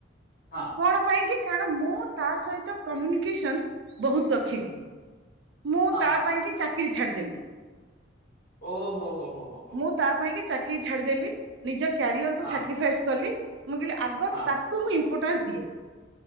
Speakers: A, on the left; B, on the right.
A: ହଁ।
B: କଣ ପାଇଁ କି କାରଣ ମୁଁ ତା ସହିତ କମ୍ୟୁନିକେସନ୍ ବହୁତ ରଖିଲି। ମୁଁ
A: ହଁ
B: ତା
A: ହଁ ହଁ
B: ପାଇଁ କି ଚାକିରି ଛାଡ଼ିଦେଲି।
A: ଓ ହୋ ହୋ ହୋ।
B: ମୁଁ ତା ପାଇଁ କି ଚାକିର ଛାଡ଼ିଦେଲି ନିଜ କ୍ୟାରିଅର କୁ
A: ହଁ
B: ସାକ୍ରିଫାଇସ୍ କଲି ମୁଁ କହିଲି ଆଗ
A: ହଁ
B: ତା ତାକୁ ମୁଁ ଇମ୍ପୋର୍ଟାନସ ଦିଏ।